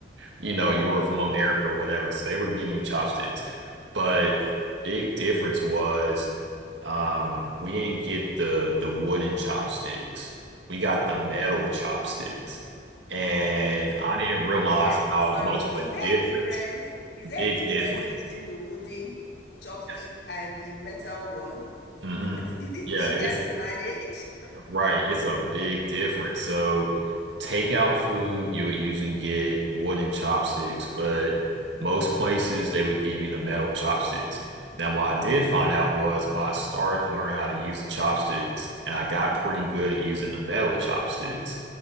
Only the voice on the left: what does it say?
So,
yeah,
sorry.
Is
there
a difference? Is there
a difference
using the wooden chopstick
and the metal one?
<laughs> Is it
easier
to manage?